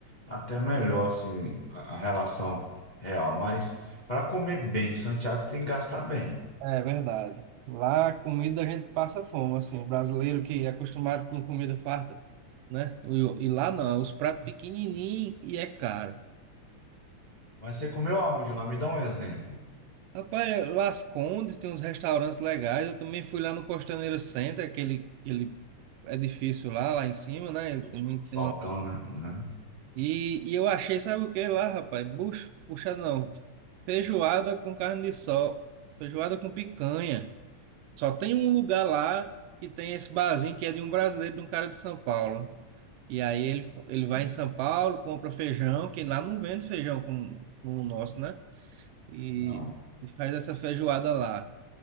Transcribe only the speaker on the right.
É verdade. Lá a comida a gente passa fome, assim. O brasileiro que é acostumado com comida farta, né? E, e lá não, é os pratos pequenininhos e é caro.
Rapaz, Las Condes tem uns restaurantes legais. Eu também fui lá no Costaneira Center, aquele, aquele edifício lá, lá em cima, né? Ele
também
tem
uma...
e, e eu achei, sabe o que lá, rapaz? Bucha, buchada não. Feijoada com carne de sol. Feijoada com picanha. Só tem um lugar lá que tem esse barzinho que é de um brasileiro, de um cara de São Paulo. E aí ele, ele vai em São Paulo, compra feijão, que lá não vende feijão como, como o nosso, né? E
faz essa feijoada lá.